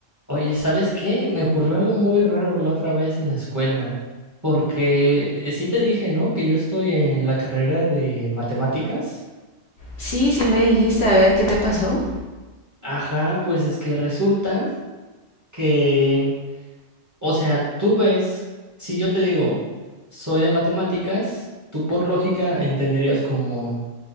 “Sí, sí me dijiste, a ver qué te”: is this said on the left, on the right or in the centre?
Left